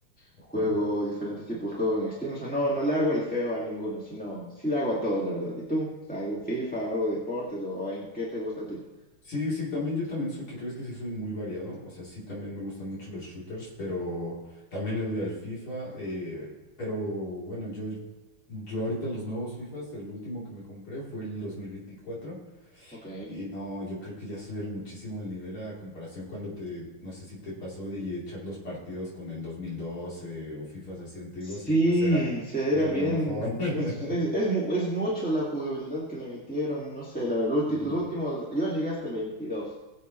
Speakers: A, on the left (about 75°); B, in the centre.
A: Ok.
B: juego diferentes tipos de juegos en Steam, o sea, no, no le hago el feo a ninguno, sino sí le hago a todos, la verdad. ¿Y tú? O sea, ¿algún FIFA o algo de deportes o en qué te gusta a ti?
A: Sí, sí, también yo también soy, que crees que sí soy muy variado? O sea, sí también me gustan mucho los shooters, pero también le doy al FIFA. eh, pero bueno, yo, yo ahorita los nuevos FIFAs, el último que me compré fue el dos mil veinticuatro
B: Ok.
A: Y no, yo creo que ya subieron muchísimo el nivel a comparación cuando te, no sé si te pasó de echar los partidos con el 2012 o FIFAs así antiguos
B: Sí,
A: y pues era,
B: se
A: era
B: era bien,
A: lo mejor. <laughs>
B: es, es, es, mu- es mucho la jugabilidad que le metieron, no sé, la verdad, ulti-
A: Sí,
B: los últimos, yo llegué hasta el veintidós